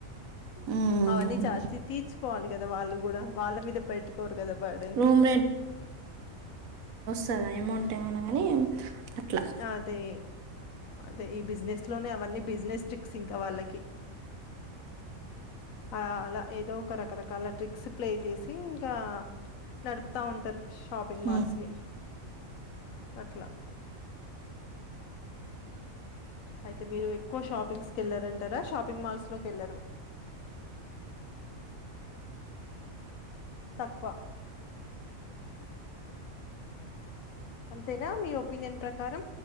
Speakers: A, on the right (about 80°); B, on the left (about 75°).
A: మ్
B: అవన్నీ చార్చి తీర్చుకోవాలి కదా వాళ్ళు కూడా వాళ్ళ మీద పెట్టుకోరు కదా బర్డన్
A: రూమ్ సదాయం అమౌంట్ ఏమన్నా కానీ అట్లా
B: అదే అదే ఈ బిజినెస్ లోనే అవన్నీ బిజినెస్ ట్రిక్స్ ఇంకా వాళ్ళకి అలా ఏదో ఒక రకరకాల ట్రిక్స్ ప్లే చేసి ఇంకా నపు వస్తా ఉంటారు షాపిింగ్
A: మ్
B: మల్స్ ని అట్లా అయితే మీరు ఎక్కువ షాపింగ్స్కి వెళ్లారంటారా షాపింగ్ మాల్స్ లోకి వెళ్ళరు తక్కువ అంతేనా మీ ఒపీనియన్ ప్రకారం